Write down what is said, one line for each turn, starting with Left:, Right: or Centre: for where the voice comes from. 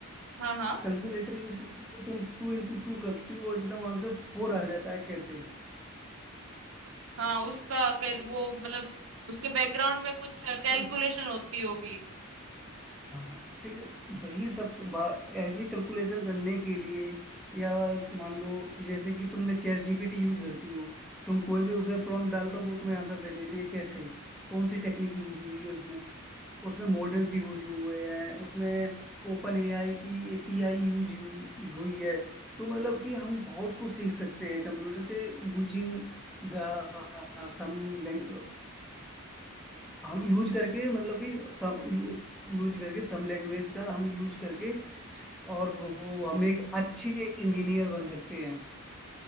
Right: हाँ हाँ
Centre: कैलकुलेटर यूज करती हो तुम टू इंटू टू करती हो एकदम आंसर फोर आ जाता है कैसे
Right: हाँ उसका कैल, वो मतलब उसके बैकग्राउंड में कुछ
Centre: <clears throat>
Right: कैलकुलेशन होती होगी
Centre: हाँ ठीक है वही सब बा- ऐसे कैलकुलेशन करने के लिए या मान लो जैसे कि तुमने चैट जीपीटी यूज करती हो तुम कोई भी उसमें प्रॉम्प्ट डालो वो तुम्हें आंसर दे देती है कैसे कौन सी टेक्निक यूज हुई है उसमें उसमें मॉडल्स यूज हुए हैं उसमें ओपन एआई की एपीआई यूज हुई हुई है तो मतलब कि हम बहुत कुछ सीख सकते हैं कंप्यूटर से यूजिंग द सम हम यूज करके मतलब कि सम, यू, यूज करके सम लैंग्वेज का हम यूज करके और वो हम एक अच्छे इंजीनियर बन सकते हैं